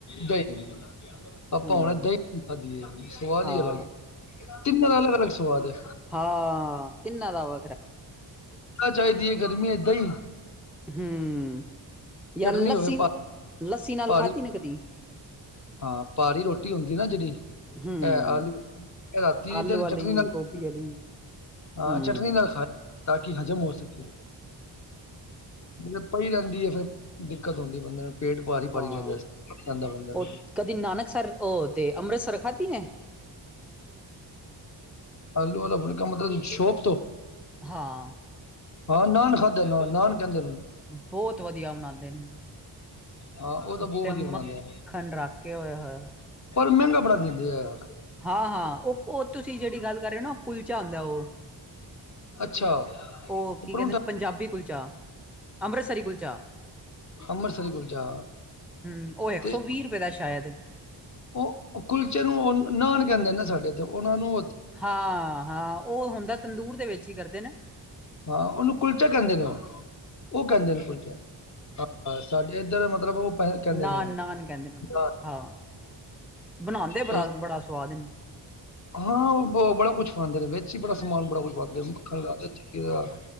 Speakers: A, on the left; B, in the centre.
A: ਸਹੀ। ਆਪਾਂ
B: ਹਮ
A: ਹੁਣ ਦਹੀਂ ਖਾਧੀ ਸਵਾਦ
B: ਹਾਂ
A: ਹੀ ਅਲੱਗ ਤਿੰਨਾਂ ਦਾ ਅਲੱਗ ਅਲੱਗ ਸਵਾਦ ਹੈ।
B: ਹਾਂ। ਤਿੰਨਾਂ ਦਾ ਵਾ।
A: ਚਾਹੀਦੀ ਹੈ ਗਰਮੀ ਏਦਾਂ ਹੀ
B: ਹਮ
A: ਚਟਨੀ
B: ਲੱਸੀ
A: ਹੋਵੇ ਭਾ
B: ਲੱਸੀ ਨਾਲ
A: ਭਾਰੀ
B: ਖਾਧੀ ਨਾ ਕਦੀ
A: ਹਾਂ ਪਾਰੀ ਰੋਟੀ ਹੁੰਦੀ ਨਾ ਜਿਹੜੀ
B: ਹਮ
A: ਹੈ ਆਲੂ ਰਾਤੀ
B: ਆਲੂ
A: ਦੀ ਤੇ
B: ਵਾਲੀ
A: ਚਟਨੀ ਨਾਲ
B: ਗੋਭੀ ਵਾਲੀ
A: ਹਾਂ
B: ਹਮ
A: ਚਟਨੀ ਨਾਲ ਖਾਧੀ ਤਾਂ ਕਿ ਹਜ਼ਮ ਹੋ ਸਕੇ। ਜ ਪਈ ਰਹਿੰਦੀ ਹੈ ਫੇਰ ਦਿੱਕਤ ਹੁੰਦੀ ਬੰਦੇ ਨੂੰ ਪੇਟ ਭਾਰੀ
B: ਹਾਂ
A: ਭਾਰੀ ਰਹਿੰਦਾਂ ਬੰਦੇ ਨੂੰ।
B: ਉਹ ਕਦੀ ਨਾਨਕ ਸਰ ਉਹ ਤੇ ਅੰਮ੍ਰਿਤਸਰ ਖਾਧੀ ਏ।
A: ਅਲੂ ਵਾਲਾ ਫੁਲਕਾ ਮਤਲਬ ਸ਼ੌਪ ਤੋਂ?
B: ਹਾਂ।
A: ਹਾਂ ਨਾਨ ਖਾਦੇ ਨੇ ਨਾਨ ਕਹਿੰਦੇ ਨੇ।
B: ਬਹੁਤ ਵਧੀਆ ਬਣਾਂਦੇ ਨੇ।
A: ਹਾਂ ਉਹ ਤਾਂ
B: ਉੱਤੇ
A: ਬਹੁਤ ਵਧੀਆ
B: ਮੱਖਣ
A: ਬਣਾਉਂਦੇ ਆ
B: ਰੱਖ ਕੇ ਓਏ ਹੋਏ ਹੋਏ।
A: ਪਰ ਮਹਿੰਗਾ ਬੜਾ ਦਿੰਦੇ ਆ ਯਾਰ।
B: ਹਾਂ ਹਾਂ ਉਹ ਉਹ ਤੁਸੀਂ ਜਿਹੜੀ ਗੱਲ ਕਰ ਰਹੇ ਹੋ ਨਾ ਕੁਲਚਾ ਹੁੰਦਾ ਹੈ ਉਹ।
A: ਅੱਛਾ
B: ਉਹ
A: ਤੇ
B: ਕੀ
A: ਪਰੌਂਠਾ
B: ਕਹਿੰਦੇ ਨੇ ਪੰਜਾਬੀ ਕੁਲਚਾ, ਅੰਮ੍ਰਿਤਸਰੀ ਕੁਲਚਾ
A: ਅੰਮ੍ਰਿਤਸਰੀ ਕੁਲਚਾ
B: ਹਮ ਉਹ ਇੱਕ
A: ਤੇ
B: ਸੌ ਵੀਹ ਰੁਪਏ ਦਾ ਸ਼ਾਇਦ,
A: ਉਹ ਕੁਲਚੇ ਨੂੰ ਉਹ ਨਾਨ ਕਹਿੰਦੇ ਨਾ ਸਾਡੇ ਉਹਨਾ ਨੂੰ
B: ਹਾਂ ਹਾਂ ਉਹ ਹੁੰਦਾ ਤੰਦੂਰ ਦੇ ਵਿੱਚ ਹੀ ਕਰਦੇ ਨੇ,
A: ਹਾਂ ਉਹਨੂੰ ਕੁਲਚਾ ਕਹਿੰਦੇ ਨੇ ਉਹ ਉਹ ਕਹਿੰਦੇ ਨੇ ਕੁਲਚਾ ਸਾਡੇ ਇੱਧਰ ਮਤਲਬ ਉਹ ਪੈ ਕਹਿੰਦੇ
B: ਨਾ
A: ਨੇ
B: ਨਾਨ ਕਹਿੰਦੇ ਉਹ
A: ਨਾਨ।
B: ਹਾਂ ਬਣਾਉਦੇ
A: ਬਸ
B: ਬੜਾ ਸਵਾਦ
A: ਹਾਂ ਬੜਾ ਕੁਛ ਪਾਾਂਦੇ ਨੇ ਵਿੱਚ ਹੀ ਬੜਾ ਸਮਾਨ ਬੜਾ ਕੁਛ ਪੈਂਦੇ ਮੱਖਣ ਲਾ ਚੱਕੀ ਦਾ